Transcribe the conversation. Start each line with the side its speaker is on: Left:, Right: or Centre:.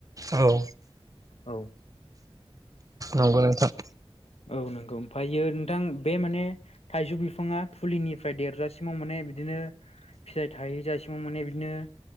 Right: औ
Left: औ
Right: नंगौ नोंथां‌।
Left: औ नंगौ ओमफ्रायो नोंथां बे माने थाइजौ बिफाङा फुलिनिफ्राय देरजासिमाव माने बिदिनो फिथाइ थायजासिम माने बिदिनो